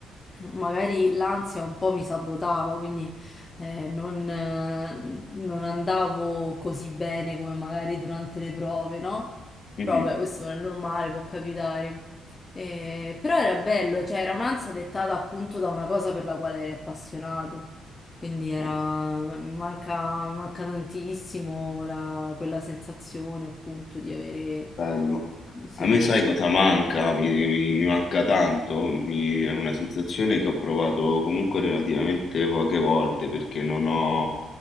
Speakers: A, on the left; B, on the left.
A: magari l'ansia un po' mi sabotava, quindi eh, non, eh, non andavo così bene come magari durante le prove, no?
B: Mh-mh.
A: Però vabbè, questo non è normale, può capitare. Eh, però era bello, cioè era un'ansia dettata appunto da una cosa per la quale eri appassionato. Quindi era,
B: Ah,
A: mi manca, mi manca tantissimo la- quella sensazione appunto di avere...
B: bello.
A: sì,
B: A me sai
A: questo-
B: cosa manca? Mi mi mi manca tanto, mi è una sensazione che ho provato comunque relativamente poche volte perché non ho